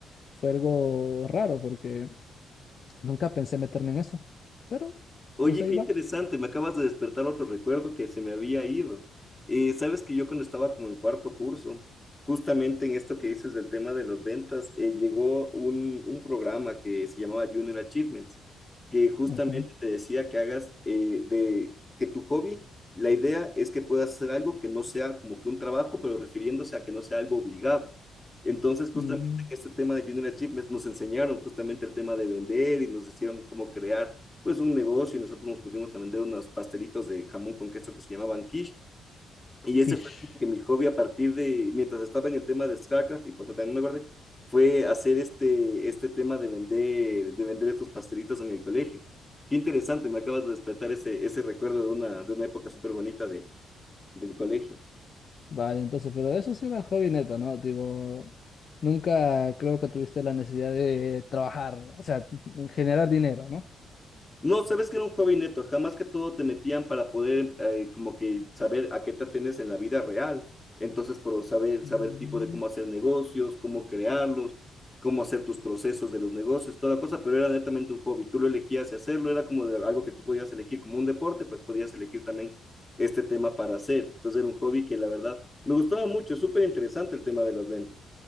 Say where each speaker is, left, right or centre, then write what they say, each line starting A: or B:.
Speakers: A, on the left; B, on the left.
A: Fue algo raro porque nunca pensé meterme en eso. Pero,
B: Oye,
A: pues ahí
B: qué
A: va.
B: interesante, me acabas de despertar otro recuerdo que se me había ido. Eh, sabes que yo cuando estaba como en cuarto curso, justamente en esto que dices del tema de las ventas, eh, llegó un, un programa que se llamaba Junior Achievements, que justamente
A: Ujú.
B: te decía que hagas eh, de que tu hobby, la idea es que puedas hacer algo que no sea como que un trabajo, pero refiriéndose a que no sea algo obligado. Entonces, justamente
A: Mm,
B: en este tema de Junior Achievements nos enseñaron justamente el tema de vender y nos hicieron como crear pues un negocio y nosotros nos pusimos a vender unos pastelitos de jamón con queso que se llamaban quiche. Y
A: quiche.
B: ese fue como que mi hobby a partir de, mientras estaba en el tema de StarCraft, y por eso también me guardé, fue hacer este, este tema de vender, de vender estos pastelitos en el colegio. Qué interesante, me acabas de despertar ese, ese recuerdo de una, de una época súper bonita de, del colegio.
A: Vaya, entonces, pero eso sí era hobby neto, ¿no? Digo, nunca creo que tuviste la necesidad de trabajar, o sea, <laughs> generar dinero, ¿no?
B: No, sabes que era un hobby neto, jamás que todo te metían para poder eh, como que saber a qué te atienes en la vida real. Entonces, por saber,
A: Ujú.
B: saber tipo de cómo hacer negocios, cómo crearlos, cómo hacer tus procesos de los negocios, toda la cosa, pero era netamente un hobby. Tú lo elegías y hacerlo, era como de algo que tú podías elegir como un deporte, pues podías elegir también este tema para hacer. Entonces era un hobby que la verdad me gustaba mucho, súper interesante el tema de las ventas.